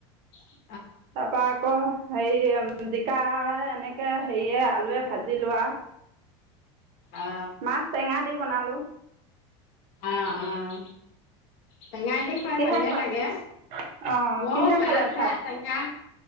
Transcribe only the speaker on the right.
তাৰ পৰা আকৌ হেৰি জিকা এনেকে হেৰিয়ে আলু ভাজি লোৱা
মাছ টেঙা দি বনালো
কিহে
খাল
অ
কিহে
খালে
ভাত